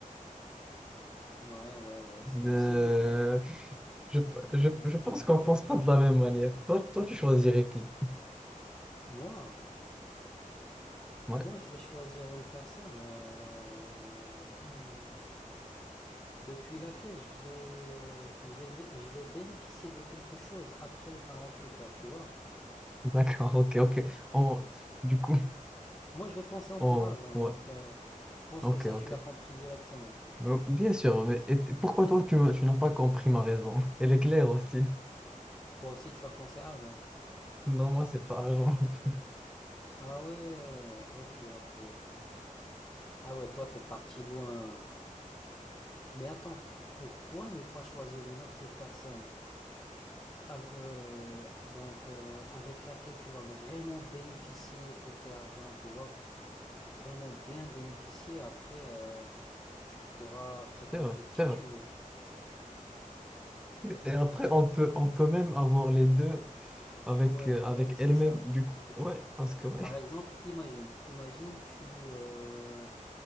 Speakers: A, on the left; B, in the centre.
A: Ouais, ouais, ouais, c'est,
B: Euh,
A: c'est une idée.
B: je, je, je pense qu'on pense pas de la même manière. Toi, toi, tu choisirais qui?
A: Moi,
B: Ouais,
A: moi, je vais choisir une personne euh, hmm, depuis laquelle je vais, euh, je vais, je vais bénéficier de quelque chose après les 48 heures, tu vois.
B: d'accord, ok, ok. On- du coup,
A: Moi, je vais penser encore
B: on,
A: argent, donc
B: ouais,
A: euh, je pense
B: ok,
A: que ça,
B: ok.
A: tu l'as compris directement.
B: Euh, Bien sûr, mais et- et pourquoi toi, tu, m'as- tu n'as pas compris ma raison? Elle est claire aussi.
A: Toi aussi, tu as pensé argent.
B: Non, moi, c'est par la jambe. <laughs>
A: Ah ouais, ok, ok. Ah ouais, toi, t'es parti loin. Mais attends, pourquoi ne pas choisir une autre personne Ah, euh, donc, euh, avec laquelle tu vas vraiment bénéficier côté argent, tu vois? Vraiment bien bénéficier. Après, euh, tu pourras fréquenter
B: C'est vrai, c'est
A: qui
B: vrai.
A: tu veux.
B: Et après, on peut, on peut même avoir les deux avec,
A: Ouais,
B: euh, avec
A: ouais, c'est
B: elle-même,
A: ça.
B: du coup. Ouais, parce que, ouais.
A: Par exemple, imagine, imagine tu, euh,